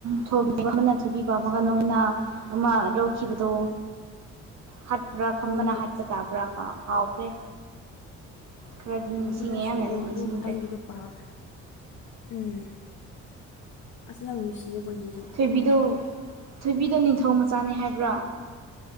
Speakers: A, on the right (about 65°); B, on the left (about 65°).
A: ꯊꯣꯕꯤꯕ ꯑꯃꯅ ꯊꯣꯏꯕꯤ ꯄꯥꯝꯃꯒ ꯅꯣꯏꯅ ꯑꯃ ꯂꯧꯈꯤꯕꯗꯣ ꯍꯥꯠꯄ꯭ꯔꯥ ꯈꯝꯕꯅ
B: ꯍꯣꯏ ꯍꯣꯏ
A: ꯍꯥꯠꯄ ꯇꯥꯕ꯭ꯔꯥ ꯀꯥꯎꯈ꯭ꯔꯦ ꯈꯔꯗꯤ ꯅꯤꯡꯁꯤꯡꯉꯦ
B: ꯍꯣꯏ ꯑꯩꯁꯨ
A: ꯑꯌꯥꯝꯕꯗꯤ
B: ꯑꯣ
A: ꯅꯤꯡꯁꯤꯡꯗ꯭ꯔꯦ
B: ꯑꯗꯨ ꯃꯇꯥꯡꯒꯤꯗꯣ ꯄꯥ ꯎꯝ ꯑꯁꯤ ꯌꯥꯝ ꯅꯨꯡꯁꯤꯌꯦ ꯃꯣꯏꯒꯤ
A: ꯊꯣꯏꯕꯤꯗꯣ ꯊꯣꯏꯕꯤꯗꯣ ꯅꯤꯡꯊꯧ ꯃꯆꯥꯅꯦ ꯍꯥꯏꯕ꯭ꯔꯥ